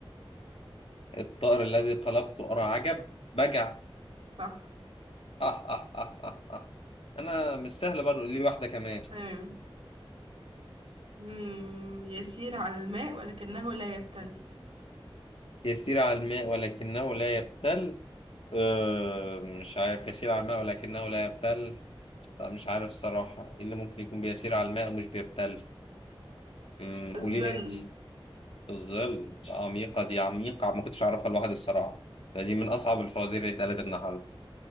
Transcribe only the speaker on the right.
صح
ايوه مم. يسير على الماء ولكنه لا يبتل
الظل